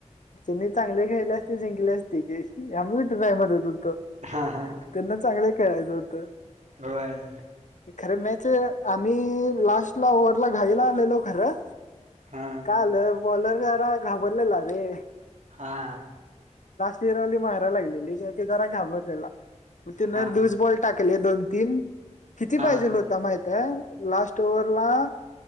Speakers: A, on the left; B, on the right.
A: त्यांनी चांगले खेळले जिंकले असते क- आम्ही ट्राय मनत होतो,
B: हा हा
A: त्यांना चांगलं खेळायचं होत.
B: होय
A: खरं मॅच, - आम्ही लास्ट ला ओवर ला घाईला आलेलो खरं
B: हां
A: काय हाल - बॉलर जरा घाबरलेला रे,
B: हा.
A: चिरवली मारा लागलेली कि तो जरा घाबरलेला, मगं तिन
B: हां
A: लूसबॉल टाकले दोन तीन. किती
B: हां
A: पाहिजेल होता. माहिती हाय लास्ट ओवत लाप